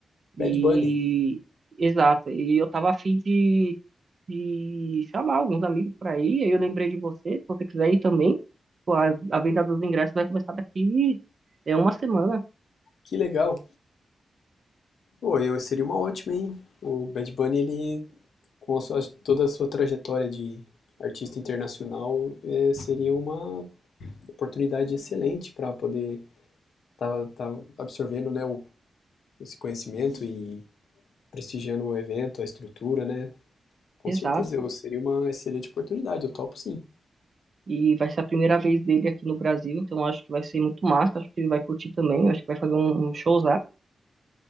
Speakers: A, on the right; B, on the left.
A: E
B: Bad Bunny,
A: exato, e eu tava afim de, de chamar alguns amigos pra ir, aí eu lembrei de você, se você quiser ir também, pô, a, a venda dos ingressos vai começar daqui é uma semana,
B: que legal! Pô, eu seria uma ótima, hein? O Bad Bunny, ele, com a sua- toda a sua trajetória de artista internacional, é, seria uma oportunidade excelente para poder estar absorvendo, né, o, esse conhecimento e prestigiando o evento, a estrutura, né? Com
A: exato.
B: certeza, eu seria uma excelente oportunidade, eu topo sim.
A: E vai ser a primeira vez dele aqui no Brasil, então eu acho que vai ser muito massa, acho que ele vai curtir também, acho que vai fazer um showzão.